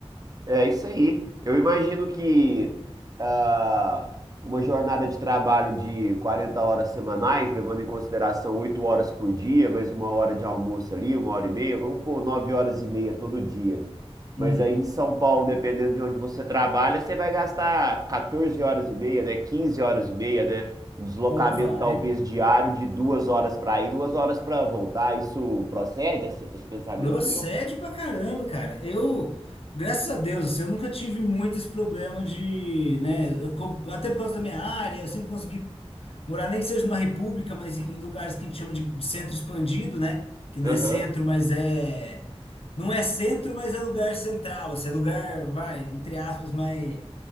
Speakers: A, on the right; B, on the left.
A: é isso aí. Eu imagino que ah, uma jornada de trabalho de 40 horas semanais, levando em consideração 8 horas por dia, mais uma hora de almoço ali, uma hora e meia, vamos por 9 horas e meia todo dia. Mas
B: Hum,
A: aí em São Paulo, dependendo de onde você trabalha, você vai gastar 14 horas e meia, né? 15 horas e meia, né? Um deslocamento
B: pô, vai.
A: talvez diário de duas horas para ir, duas horas para voltar. Isso procede, esse, esse pensamento
B: Procede
A: meu?
B: pra caramba, cara. Eu, graças a Deus, assim, eu nunca tive muito esse problema de, né? eu co- até por causa da minha área, eu sempre consegui morar nem que seja numa república, mas em, em lugares que a gente chama de, de centro expandido, né? Que não
A: Aham,
B: é centro, mas é. Não é centro, mas é lugar central, assim, é lugar, vai, entre aspas, mais,